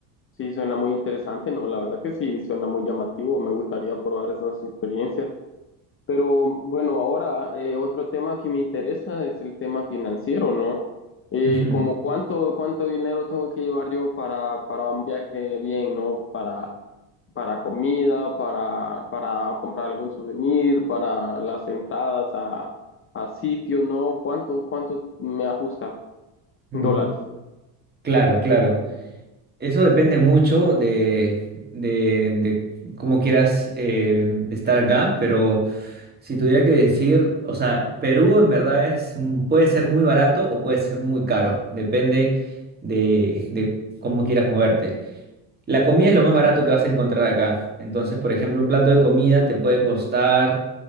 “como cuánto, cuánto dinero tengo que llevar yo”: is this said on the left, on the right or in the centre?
Left